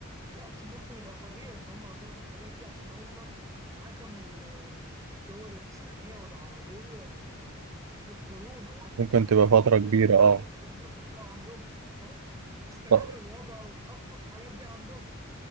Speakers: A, on the right; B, on the right.
A: لا طب ممكن يبقى طبيعي إن هم عندهم الحاجات دي عشان هم حكموا الدول الإسلامية والعربية للقرون يعني
B: ممكن تبقى
A: فممكن
B: فتره كبيره
A: أخدوا كل
B: اه
A: الحاجات دي وحطوها عندهم أه؟ استغلوا
B: طب
A: الوضع وحطوا الحاجات دي عندهم